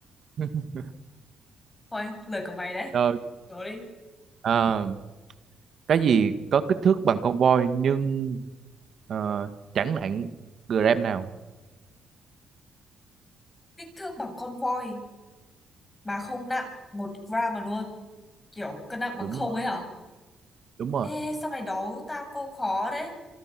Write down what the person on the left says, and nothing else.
thôi lời của mày đấy
rồi đi
kích thước bằng con voi mà không nặng một gram mà luôn kiểu cân nặng bằng
không
ấy hả
ê sao mày đố tao câu khó đấy